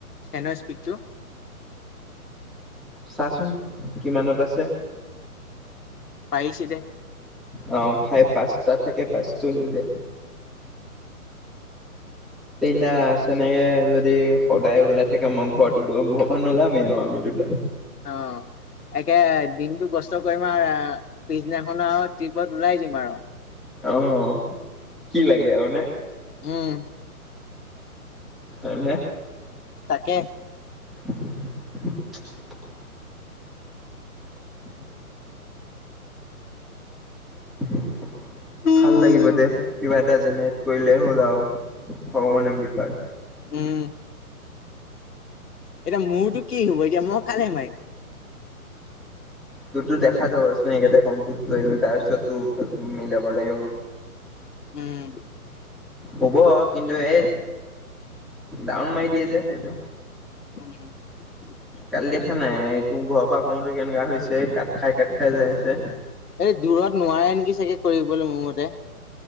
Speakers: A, on the left; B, in the centre.
A: ফেনৰ স্পিডটো
B: চাচোন কিমানত আছে!
A: পাৰিছোঁ দে।
B: অ ফাইভ পাঁচটা থাকে পাঁচটো দি দে <unintelligible> যদি সদায় ওলাই থাকে। মই ঘৰত ঘৰপা নোলামেই আৰু আমি দুটা
A: অ'! একে দিনটো কষ্ট কৰিম আৰু পিছদিনাখন আৰু ট্ৰিপত ওলাই দিম আৰু।
B: অ'! কি লাগে আৰু মানে!
A: উম!
B: হয়নে!
A: তাকে,
B: <unintelligible> <unintelligible> <unintelligible>
A: উম
B: ভাল লাগিব দে। কিবা এটা যেন কৰিলে হ'ল আৰু ভগৱানৰ কৃপাত।
A: উম এতিয়া মোৰতো কি হ'ব এতিয়া মই কালে মাৰিম
B: তোৰতো দেখা যাব এইকেইটাই কমপ্লিট কৰি লওঁ। তাৰপিছত ত' মিলাব লাগিব।
A: উম!
B: হ'ব। কিন্তু, এই ডাউন মাৰি দিয়ে যে সেইটো।
A: <unintelligible>
B: কালি দেখা নাই। তোৰ ঘৰৰ পৰা কৰোঁতে কেনেকা হৈছে, কাত খাই, কাত খাই যাই আছে।
A: এই দূৰত নোৱাৰে নেকি চাগে। কৰিবলৈ মোৰ মতে,